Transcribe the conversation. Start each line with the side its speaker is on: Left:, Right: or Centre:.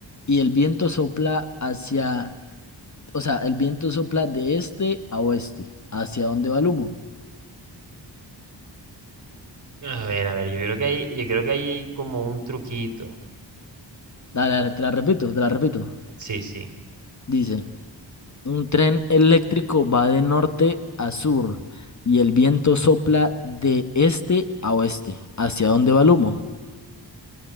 Left: y el viento sopla hacia, o sea, el viento sopla de este a oeste. ¿Hacia dónde va el humo?
Right: A ver, a ver, yo creo que hay, yo creo que ahí hay como un truquito.
Left: Dale, dale, te la repito, te la repito.
Right: Sí, sí.
Left: Dice, un tren eléctrico va de norte a sur y el viento sopla de este a oeste. ¿Hacia dónde va el humo?